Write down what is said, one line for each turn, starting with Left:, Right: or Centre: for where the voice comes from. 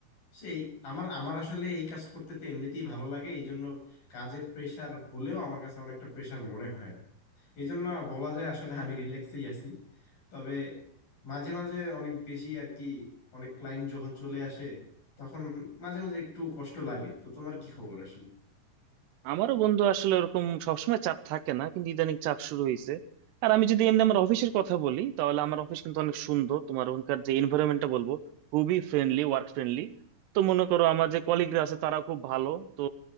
Left: সেই আমার আমার আসলে এই কাজ করতে তো এমনিতেই ভালো লাগে এই জন্য কাজের প্রেশার হলেও আমার কাছে অনেকটা প্রেশার মনে হয় না এই জন্য বলা যায় আসলে আমি রিল্যাক্সেই আছি তবে মাঝে মাঝে অনেক বেশি আর কি অনেক ক্লায়েন্ট যখন চলে আসে তখন মাঝে মাঝে একটু কষ্ট লাগে তো তোমার কি খবর আসলে
Right: আমারও বন্ধু আসলে ওরকম সবসময় চাপ থাকে না কিন্তু ইদানিং চাপ শুরু হয়েছে আর আমি যদি এমনি আমার অফিসের কথা বলি তাহলে আমার অফিস কিন্তু অনেক সুন্দর তোমার ওখানকার যে এনভায়রনমেন্টটা বলবো খুবই ফ্রেন্ডলি ওয়ার্ক ফ্রেন্ডলি তো মনে করো আমার যে কলিগরা আছে তারা খুব ভালো তো